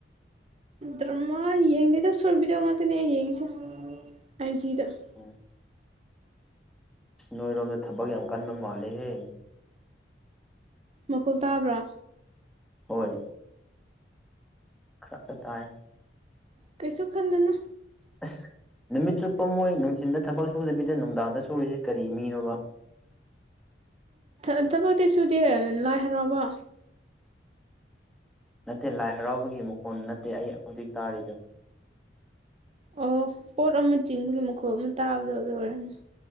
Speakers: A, on the right; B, in the centre.
A: ꯗꯨꯃꯥꯏ ꯌꯦꯡꯗꯦꯗ ꯁꯔꯣꯠ ꯕꯤꯗꯤꯑꯣꯉꯥꯇꯅꯤ ꯑꯩꯅ ꯌꯦꯡꯕꯖꯦ ꯑꯩ <unintelligible>
B: ꯎꯝ ꯅꯣꯏꯔꯣꯝꯗ ꯊꯕꯛ ꯌꯥꯝ ꯀꯟꯕ ꯃꯥꯂꯦꯍꯦ
A: ꯃꯈꯣꯜ ꯇꯥꯕ꯭ꯔꯥ
B: ꯍꯣꯏ ꯈꯔ ꯈꯔ ꯇꯥꯏ
A: ꯀꯩꯁꯨ ꯈꯜꯂꯨꯅꯣ
B: ꯑꯁ ꯅꯨꯃꯤꯠ ꯆꯨꯞꯄ ꯃꯣꯏ ꯅꯨꯡꯊꯤꯟꯗ ꯊꯕꯛ ꯁꯨꯗꯕꯤꯗ ꯅꯨꯡꯗꯥꯡꯗ ꯁꯨꯔꯤꯁꯤ ꯀꯔꯤ ꯃꯤꯅꯣꯕ
A: ꯎꯝ ꯊꯕꯛꯇꯤ ꯁꯨꯗꯦ ꯂꯥꯏ ꯍꯔꯥꯎꯕ
B: ꯅꯠꯇꯦ ꯂꯥꯏ ꯍꯔꯥꯎꯕꯒꯤ ꯃꯈꯣꯟ ꯅꯠꯇꯦ ꯑꯩ ꯍꯧꯖꯤꯛ ꯇꯥꯔꯤꯗꯨ
A: ꯑꯣ ꯄꯣꯠ ꯑꯃ ꯆꯤꯡꯕꯒꯤ ꯃꯈꯣꯜ ꯑꯃ ꯇꯥꯕꯗꯣ ꯑꯗꯨ ꯑꯣꯏꯔꯝꯅꯤ